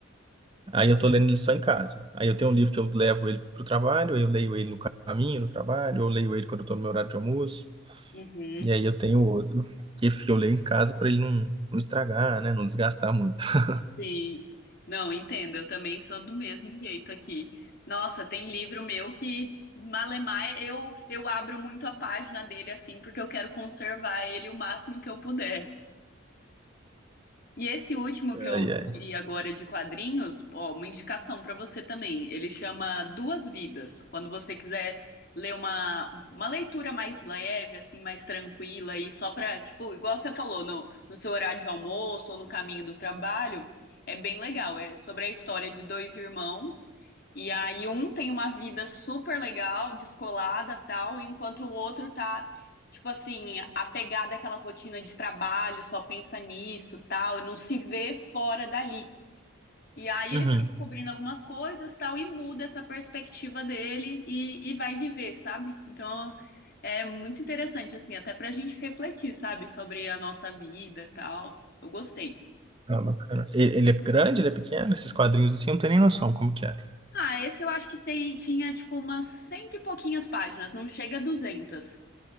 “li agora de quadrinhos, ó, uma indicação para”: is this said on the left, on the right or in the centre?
Left